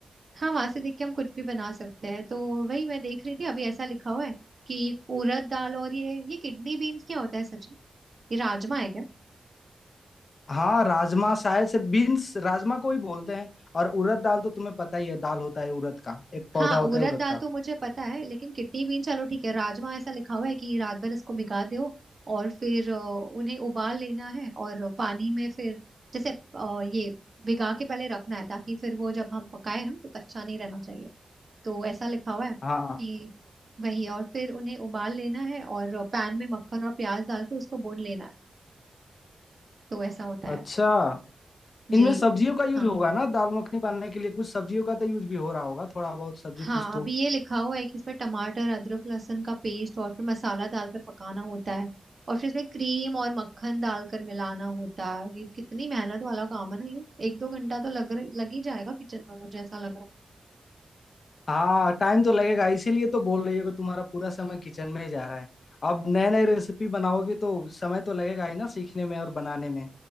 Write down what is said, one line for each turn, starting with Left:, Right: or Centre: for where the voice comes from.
Right: हाँ वहां से देख के हम कुछ भी बना सकते हैं तो वही मैं देख रही थी अभी ऐसा लिखा हुआ है कि उड़द दाल और ये ये किडनी बीन्स क्या होता है सच में ये राजमा है क्या
Left: हाँ राजमा शायद से बीन्स राजमा को ही बोलते हैं और उड़द दाल तो तुम्हें पता ही है दाल होता है उड़द का एक पौधा
Right: हाँ
Left: होता
Right: उड़द
Left: है उड़द
Right: दाल
Left: का
Right: तो मुझे पता है लेकिन किडनी बीन चलो ठीक है राजमा ऐसा लिखा हुआ है कि रात भर इसको भिगा दो और फिर अ, उन्हें उबाल लेना है और पानी में फिर जैसे अ, ये भिगा के पहले रखना है ताकि फिर वो जब हम पकाए ना तो कच्चा नहीं रहना चाहिए तो ऐसा लिखा हुआ है कि
Left: हाँ
Right: वही और फिर उन्हें उबाल लेना है और पैन में मक्खन और प्याज डाल के उसको भून लेना है तो ऐसा होता
Left: अच्छा
Right: है
Left: इनमें
Right: जी
Left: सब्जियों का यूज
Right: हाँ
Left: होगा ना दाल मखनी बनाने के लिए कुछ सब्जियों का तो यूज भी हो रहा होगा थोड़ा बहुत सब्जी
Right: हाँ
Left: कुछ तो
Right: अभी ये लिखा हुआ है कि इसमें टमाटर अदरक लहसुन का पेस्ट और फिर मसाला डालकर पकाना होता है और फिर इसमें क्रीम और मक्खन डालकर मिलाना होता है ये कितनी मेहनत वाला काम है ना ये एक दो घंटा तो लग रह- लग ही जाएगा किचन में मुझे ऐसा लग रहा है
Left: हाँ टाइम तो लगेगा इसीलिए तो बोल रही हो कि तुम्हारा पूरा समय किचन में ही जा रहा है अब नए नए रेसिपी बनाओगी तो समय तो लगेगा ही ना सीखने में और बनाने में